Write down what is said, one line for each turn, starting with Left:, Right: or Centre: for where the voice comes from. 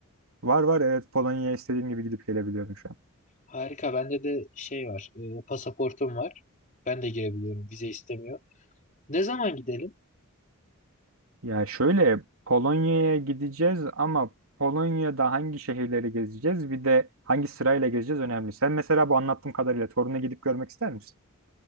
Right: var var evet Polonya'ya istediğim gibi gidip gelebiliyorum şu an.
Left: Harika, bende de şey var, e, pasaportum var. Ben de girebiliyorum, vize istemiyor. Ne zaman gidelim?
Right: Ya şöyle Polonya'ya gideceğiz ama Polonya'da hangi şehirleri gezeceğiz bir de hangi sırayla gezeceğiz önemli. Sen mesela bu anlattığım kadarıyla Torun'a gidip görmek ister misin?